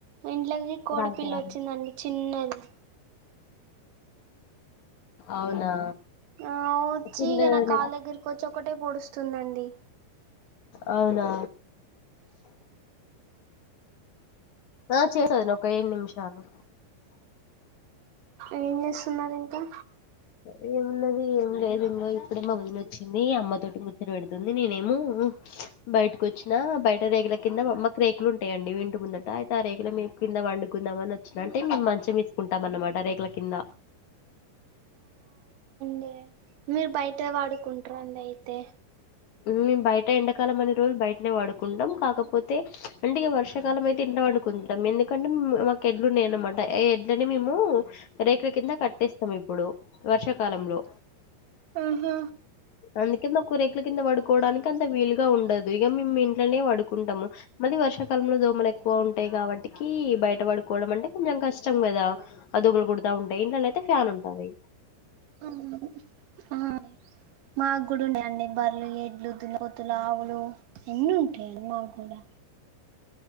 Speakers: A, on the right; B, on the left.
A: ఇంట్లోకి కోడిపిల్
B: రాదు రాదు.
A: ఒచ్చిందండి చిన్నది
B: అవునా
A: ఆ ఓచ్చి
B: తిన్న
A: ఇగ నా కాళ్ దగ్గరకొచ్చి ఒకటే పొడుస్తుందండి.
B: అవునా ఆ చేసాను ఒక ఏడ్ నిమిషాలు.
A: ఏన్ చేస్తున్నారింకా
B: అ ఏమున్నది ఏం లేదు ఇంగో ఇప్పుడే వొదినోచ్చింది అమ్మ తోటి ముచ్చట వెడుతుంది నేనేమో బయటి కొచ్చిన బయట రేగుల కింద మమ్మక్ రేకులుంటాయండి ఇంటి ముందట. అయితే ఆ రేకుల మీద్ కింద వండుకుందాం అన్ ఒచ్చినంటే మేమ్ మంచం ఏసుకుంటాం అన్నమాట రేకుల కింద
A: కే మీర్ బయట వాడుకుంటారండి అయితే
B: మ్ బయట ఎండాకాలం అన్ని రోజుల్ బయటనే వడుకుంటాం. కాకపోతే అంటే ఇగ వర్షకాలం అయితే ఇంట్ల వండు కుంటాం ఎందుకంటే మాకెడ్లున్నాయ్ అన్నమాట అ ఎడ్లని మేము రేకుల కింద కట్టేస్తాం ఇప్పుడు వర్షాకాలంలో
A: ఆహ
B: అందుకే మాకు రేకుల కింద వడుకోవడానికంత వీలుగా ఉండదు ఇగ మేమ్ ఇంట్లోనే వడుకుంటాము మళ్ళీ వర్షాకాలంలో దోమల్ ఎక్కువ ఉంటాయి గావట్టికీ బయట వడుకోవడం అంటే కొంచెం కష్టం కదా. అ దొమల్ కుడతా ఉంటయ్ ఇంట్లోనయితే ఫ్యాన్ ఉంటాది
A: అమ్మ్మ్ ఆ మాగ్గుడ్ ఉన్న యండి. బర్లు ఎడ్లు దున్నపొతులు ఆవులు ఎన్ని ఉంటాయి మాగ్గూడా